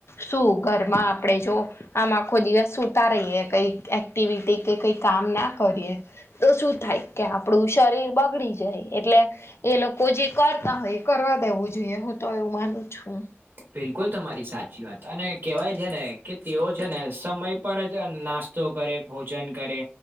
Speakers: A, on the left; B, on the right.
A: શું ઘરમાં આપણેે જો આમ આખો દિવસ સુૂતા રહીએ કઈક એક્ટિવિટી કે કઈ કામ ના કરીએ તો શું થાય? કે આપણું શરીર બગડી જાય. એટલે એ લોકો જે કરતા હોય, એ કરવા દેવું જોઈએ. હું તો એવું માનું છું.
B: બિલકુલ, તમારી સાચી વાત. અને કેવાય છે ને કે તેઓ છે ને સમય પર જ નાસ્ નાસ્તો કરે, ભોજન કરે,